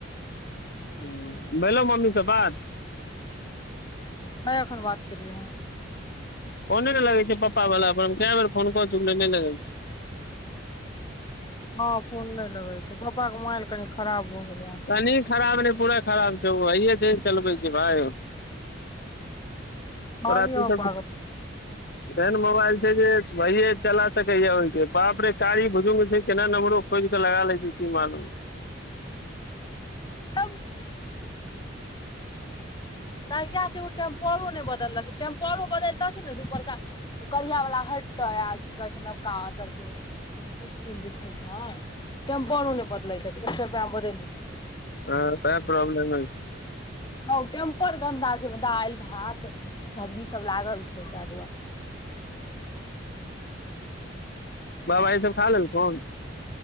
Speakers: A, on the left; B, on the left.
A: ओ भेलौ मम्मी सँ बात
B: नहि एखन बात केलियै हन
A: फोने ने लगै छै पप्पा वला पर हम के बेर फोन कऽ चुकलियै नहि लगै छै <inaudible>
B: हँ फोन नहि लगै छै पप्पा के मोबइल कनी खराब भ गेलै हन।
A: कनी खराब नहि पूरा खराब छीयै ओ आइये से न चलबै छै भाय तोरा
B: कहलियै
A: की सब
B: पापा
A: एहन मोबाइल छै जे भैये चला सकैय ओइके बाप रे कारी बुजुर्ग छै केना नम्बरो खोजि कऽ लगा लै छै की मालूम <inaudible>
B: <unintelligible> तहिया से ओ टेम्परो नहि बदलखिन टेम्परो बदलि तथिन नऽ जे उपरका करिया वला हैटते आ की कहै छै नवका अन्दरके स्किन दिखैतै तऽ टेम्परो नहि बदललकैए एक सौ रुपैयामे बदलि दितै
A: हँ तैं प्रॉब्लम अछि
B: हउ टेम्पर गन्दा छै न दालि भात सब्जी सब लागल छै तैं दुआरे
A: बाबा ई सब खा लेलथुन